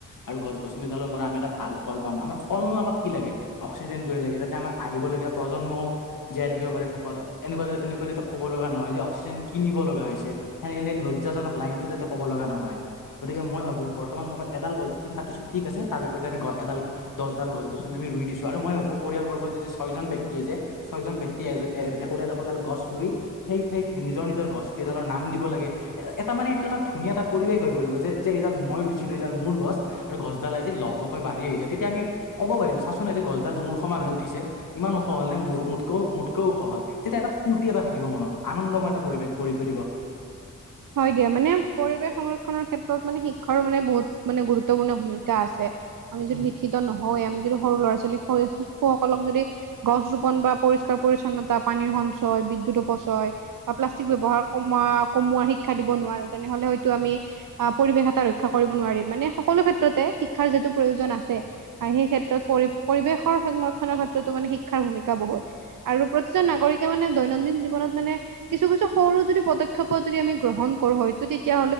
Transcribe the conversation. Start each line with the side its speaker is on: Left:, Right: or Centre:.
Left: আৰু গছ -গছনিডালৰ পৰা আমি এটা ভাল ফল পাম আমাৰ ফল নো আমাক কি লাগে? অক্সিজেনটোৱে লাগে। যাতে আমাৰ আহিবলগীয়া প্ৰজন্মও জীয়াই ৰাখিব পাৰে সুখত এনেকুৱা, এনেকুৱা যাতে ক'ব লগা নহয় যে অক্সিজেন কিনিব লগা হৈছে। সেনে সেই লজ্জাজক লাইনতো যাতে ক'ব লগা নহয়। গতিকে মই ভাবো বৰ্তমান সময়ত এডাল গছ- গছনি কাটিছো ঠিক আছে। তাৰ বিপৰতে আমি গছ এডাল, দছডাল গছ- গছনি আমি ৰুই দিছো আৰু মই ভাবো পৰিয়ালবৰ্গত যদি ছয় জন ব্যক্তি আছে। ছয়জন ব্যক্তিয়ে এ, একোডাল, একোডাল গছ ৰুই সেই, সেই নিজৰ, নিজৰ গছ কেইডালৰ নাম দিব লাগে। এ! এটা মানে এইটো এটা ধুনীয়া এটা পৰিৱেশ হৈ পৰিব যে, যে এইডাল মই ৰুইছিলো এইডাল মোৰ গছ। আৰু গছডাল আজি লহ- পহকৈ বাঢ়ি আহিছে। তেতিয়া আমি ক'ব পাৰিম। চাচোন আজি গছডাল মোৰ সমান হৈ উঠিছে। ইমান ওখ হ'লনে মোৰ, মোতকও, মোতকেও ওখ হ'ল। তেতিয়া এটা ফূৰ্তি এটা থাকিব মনত আনন্দময় এটা পৰিৱেশ কৰি তুলিব।
Right: হয় দিয়া, মানে পৰিৱেশ সংৰক্ষণৰ ক্ষেত্ৰত মানে শিক্ষাৰো মানে বহুত মানে গুৰুত্বপূৰ্ণ ভূমিকা আছে আমি যদি
Left: উম,
Right: শিক্ষিত নহ হয়, আমি যদি সৰু ল'ৰা- ছোৱালী, শিশুসকলক যদি গছ ৰোপন বা পৰিষ্কাৰ- পৰিচ্ছনতা, পানীৰ সঞ্চয়, বিদ্যুত অপচয় বা প্লাষ্টিক ব্যৱহাৰ কমোৱা, কমোৱাৰ শিক্ষা দিব নোৱাৰোঁ, তেনেহ'লে হয়তো আমি আ'হ পৰিৱেশ এটা ৰক্ষা কৰিব নোৱাৰিম। মানে সকলো ক্ষেত্ৰতে শিক্ষাৰ যিটো প্ৰয়োজন আছে। আৰু সেই ক্ষেত্ৰত পৰি, পৰিৱেশৰ সংৰক্ষণৰ ক্ষেত্ৰতো মানে শিক্ষাৰ ভূমিকা বহুত। আৰু প্ৰতিজন নাগৰিকে মানে দৈনন্দিন জীৱনত মানে কিছু, কিছু সৰু যদি পদক্ষেপ যদি আমি গ্ৰহণ কৰো। হয়তটো তেতিয়া